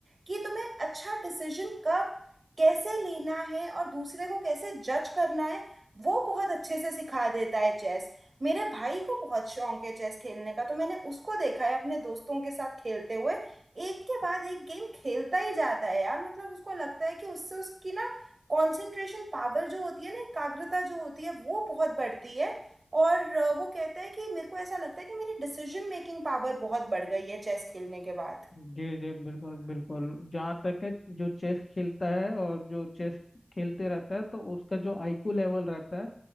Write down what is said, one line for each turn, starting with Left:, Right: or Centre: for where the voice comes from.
Right: कि तुम्हें अच्छा डिसीजन कब कैसे लेना है और दूसरे को कैसे जज करना है वो बहुत अच्छे से सिखा देता है चेस मेरे भाई को बहुत शौक है चेस खेलने का तो मैंने उसको देखा है अपने दोस्तों के साथ खेलते हुए एक के बाद एक गेम खेलता ही जाता है यार मतलब उसको लगता है कि उससे उसकी ना कंसंट्रेशन पावर जो होती है ना एकाग्रता जो होती है वो बहुत बढ़ती है और अ, वो कहता है कि मेरे को ऐसा लगता है कि मेरी डिसीजन मेकिंग पावर बहुत बढ़ गई है चेस खेलने के बाद
Left: जी जी बिल्कुल बिल्कुल जहाँ तक है जो चेस खेलता है और जो चेस खेलते रहता है तो उसका जो आईक्यू लेवल रहता है